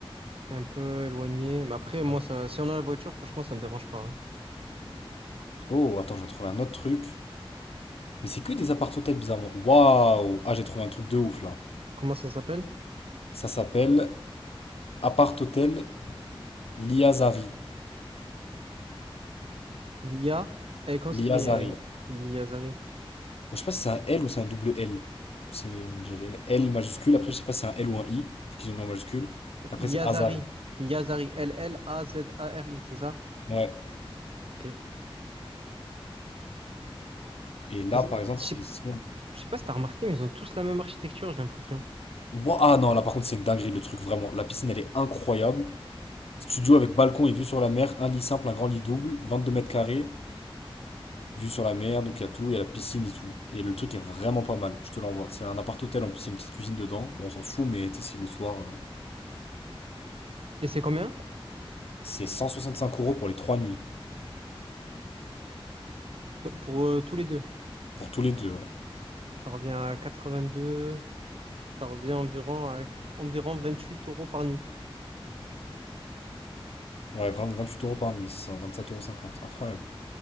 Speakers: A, on the right (about 70°); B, on the left (about 85°).
A: C'est un peu éloigné. Mais après, moi,
B: Ouais.
A: ça, si on a la voiture, franchement, ça me dérange pas. hein.
B: Oh, attends, j'ai trouvé un autre truc. Mais c'est que des appart-hôtels, bizarrement. Waouh! Ah, j'ai trouvé un truc de ouf, là.
A: Comment ça s'appelle?
B: Ça s'appelle appart-hôtel Liazari.
A: L'IA. Elle conscrit
B: Liazari.
A: euh, L'Iazari.
B: Oh, je sais pas si c'est un L ou c'est un double L. C'est, on dirait, L majuscule. Après, je sais pas si c'est un L ou un I, parce qu'ils ont mis en majuscule. Et après,
A: Yazari.
B: c'est Azari.
A: Yazari. L-L-A-Z-A-R-I, c'est ça?
B: Ouais.
A: Ok.
B: Et là,
A: Ils-
B: par exemple,
A: Je sais
B: c'est... si on-
A: Je sais pas si t'as remarqué, mais ils ont tous la même architecture, j'ai l'impression.
B: Ouah, Ah non, là, par contre, c'est une dinguerie, le truc, vraiment. La piscine, elle est incroyable. Studio avec balcon et vue sur la mer, un lit simple, un grand lit double, 22 mètres carrés, vue sur la mer, donc il y a tout, il y a la piscine et tout. Et le truc est vraiment pas mal, je te l'envoie. C'est un appart-hôtel en plus, il y a une petite cuisine dedans. Bon, on s'en fout, mais tu sais, c'est le soir. euh,
A: Et c'est combien?
B: C'est cinq euros pour les trois nuits.
A: Pour euh, tous les deux.
B: Pour tous les deux, ouais.
A: Ça revient à quatre-vingt-deux. ça revient environ à environ vingt-huit euros par nuit.
B: Ouais, 20 28 euros par nuit, c'est ça, sept euros. cinquante. Incroyable.